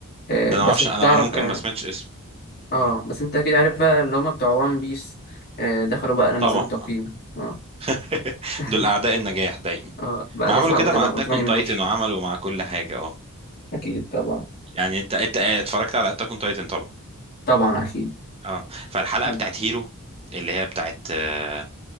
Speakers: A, on the left (about 45°); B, on the right (about 25°).
A: آه،
B: ده
A: بس
B: انا ما اعرفش
A: تعرف
B: انا ممكن
A: اه
B: ما سمعتش اسمه
A: آه،
B: اه
A: بس انت اكيد عارف بقى اللي هما بتوع وان بيس دخلوا بقى أنا نزلوا
B: طبعا
A: التقييم
B: اه
A: اه
B: <laughs>
A: <laughs>
B: دول اعداء النجاح دايما
A: اه بقى
B: ما
A: 9
B: عملوا كده
A: و8
B: مع اتاك
A: من
B: اون تايتن
A: 10
B: وعملوا مع كل حاجه اه
A: اكيد طبعا
B: يعني انت انت اتفرجت على اتاك اون تايتن طبعا
A: طبعا اكيد
B: اه فالحلقه
A: مم.
B: بتاعت هيرو اللي هي بتاعت آه